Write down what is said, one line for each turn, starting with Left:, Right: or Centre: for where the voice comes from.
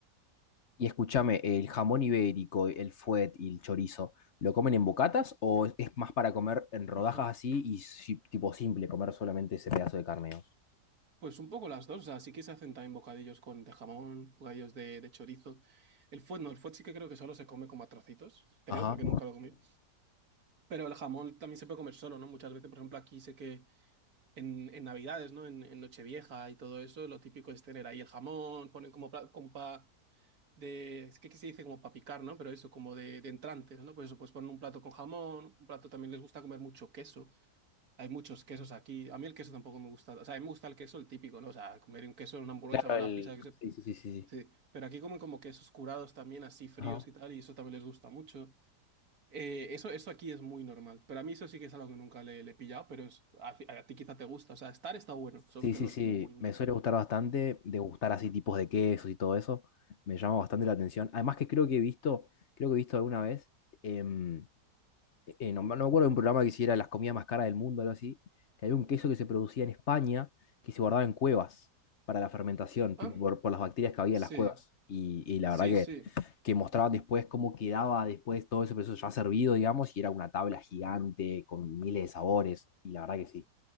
Left: Y escúchame, ¿el jamón ibérico, el fuet y el chorizo, lo comen en bocatas o es más para comer en rodajas
Right: <clears throat>
Left: así y si- tipo simple, comer solamente ese pedazo de carne? digamos?
Right: Pues un poco las dos, o sea, sí que se hacen también bocadillos con de jamón, bocadillos de, de chorizo. El fuet no, el fuet sí que creo que solo se come como a trocitos, creo,
Left: Ajá.
Right: porque nunca lo comí. Pero el jamón también se puede comer solo, ¿no? Muchas veces, por ejemplo, aquí sé que en, en Navidades, ¿no? En, en Nochevieja y todo eso, lo típico es tener ahí el jamón, ponen como para, como pa- de, es que que se dice como para picar, ¿no? Pero eso, como de, de entrantes, ¿no? Pues eso, pues ponen un plato con jamón, un plato también les gusta comer mucho queso. Hay muchos quesos aquí. A mí el queso tampoco me gusta. O sea, a mí me gusta el queso, el típico, ¿no? O sea, comer un queso en una hamburguesa,
Left: Claro,
Right: una
Left: el...
Right: pizza, que se-
Left: Sí, sí, sí, sí. sí.
Right: sí. Pero aquí comen como quesos curados también, así fríos
Left: Ajá.
Right: y tal, y eso también les gusta mucho. Eh, eso, eso aquí es muy normal, pero a mí eso sí que es algo que nunca le, le he pillado, pero es- a, a ti quizá te gusta, o sea, estar está bueno, solo
Left: Sí,
Right: que
Left: sí,
Right: no
Left: sí,
Right: es como muy mío.
Left: me suele gustar bastante degustar así tipos de quesos y todo eso, me llama bastante la atención. Además que creo que he visto, creo que he visto alguna vez em, eh, no, me no me acuerdo de un programa que hiciera las comidas más caras del mundo, algo así, que había un queso que se producía en España que se guardaba en cuevas para la fermentación,
Right: Ah,
Left: tipo por, por las bacterias que había
Right: sí,
Left: en las cuevas. Y, y la
Right: sí,
Left: verdad que,
Right: sí.
Left: que mostraban después cómo quedaba después todo ese proceso ya servido, digamos, y era una tabla gigante con miles de sabores. Y la verdad que sí,